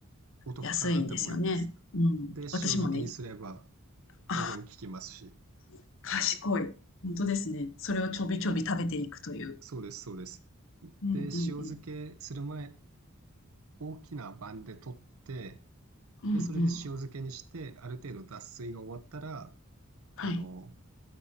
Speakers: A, on the right; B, on the left.
A: お得かなって思います。
B: 安いんですよね。うん。
A: で、塩漬けにすれば
B: 私もね、あ
A: 保存効きますし。
B: <laughs> 賢い。本当ですね。それをちょびちょび食べていくという。
A: そうです、そうです。
B: うんうんうん。
A: で、塩漬けする前、大きな盤で取って、
B: うんうん。
A: で、それで塩漬けにして、ある程度脱水が終わったら、
B: はい。
A: あの、